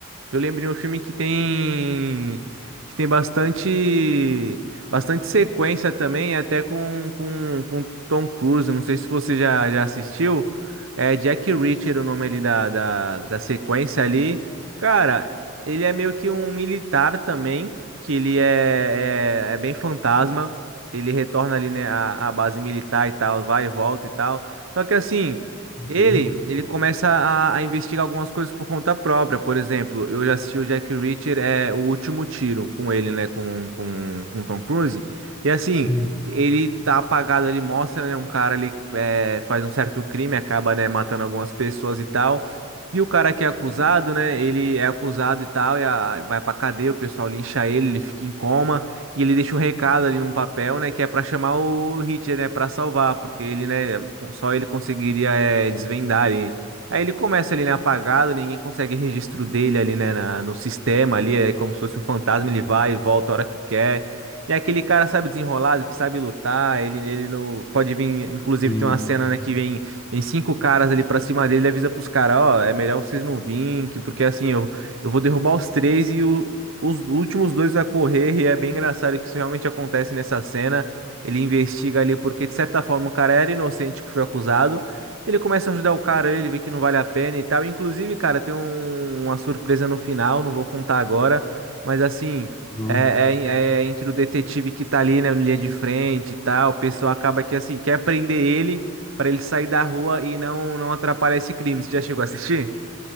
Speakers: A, on the right; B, on the left.
A: eu lembrei um filme que tem que tem bastante bastante sequência também, até com, com, com Tom Cruise. Não sei se você já, já assistiu. É Jack Reacher o nome ali da, da, da sequência ali. Cara, ele é meio que um militar também, que ele é, é, é bem fantasma. Ele retorna ali, né, à, à base militar e tal, vai e volta e tal. Só que assim. Ele,
B: Uhum.
A: ele começa a, a investigar algumas coisas por conta própria. Por exemplo, eu já assisti o Jack Reacher, é O Último Tiro, com ele, né? Com, com, com Tom Cruise. E assim,
B: Sim.
A: ele tá apagado ali, mostra, né? Um cara ali é, faz um certo crime, acaba, né, matando algumas pessoas e tal. E o cara que é acusado, né? Ele é acusado e tal, e a- vai pra cadeia, o pessoal lincha ele, ele fica em coma. E ele deixa um recado ali num papel, né? Que é pra chamar o Hitler, né? Pra salvar, porque ele, né? com- Só ele conseguiria é, desvendar ali. Aí ele começa ali, né? Apagado, ninguém consegue registro dele ali, né? na- no sistema ali, é como se fosse um fantasma. Ele vai e volta a hora que quer. E é aquele cara, sabe, desenrolado, que sabe lutar. Ele, ele não pode vir. Inclusive,
B: Sim.
A: tem uma cena, né? Que vem, vem cinco caras ali pra cima dele. Ele avisa pros caras: Ó, é melhor vocês não virem, que- porque assim, eu eu vou derrubar os três e o- os últimos dois vai correr, e é bem engraçado que isso realmente acontece nessa cena. Ele investiga ali porque, de certa forma, o cara era inocente que foi acusado. Ele começa a ajudar o cara, ele vê que não vale a pena e tal. Inclusive, cara, tem um- uma surpresa no final, não vou contar agora, mas assim,
B: Uhum.
A: é, é- é entre o detetive que tá ali né, na linha de frente e tal. O pessoal acaba que, assim, quer prender ele pra ele sair da rua e não, não atrapalhar esse crime. Você já chegou a assistir?